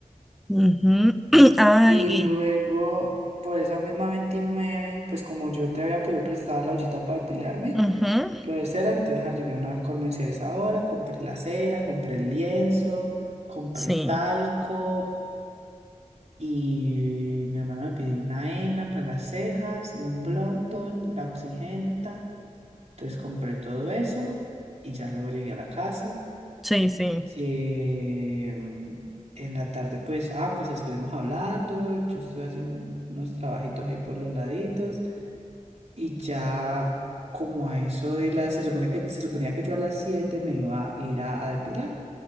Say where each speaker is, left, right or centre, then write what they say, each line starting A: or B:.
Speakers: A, in the centre; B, on the right (about 55°).
A: Ujú. <clears throat> Ay,
B: Y luego,
A: y-
B: por esa misma 29 pues como yo te había pedido prestada la ollita para depilarme.
A: ujú.
B: Lo de cera, entonces arrimé a una comercializadora, compré la cera, compré el lienzo, compré
A: Sí,
B: talco y mi hermano me pidió una henna para las cejas, un blondón, la oxigenta. Entonces compré todo eso y ya luego llegué a la casa.
A: sí, sí.
B: Eh, en la tarde, pues, ah, pues estuvimos hablando, yo estuve haciendo unos trabajitos ahí por los laditos. Y ya como a eso de las, se supone que se suponía que yo a las 7 me iba a ir a, a depilar,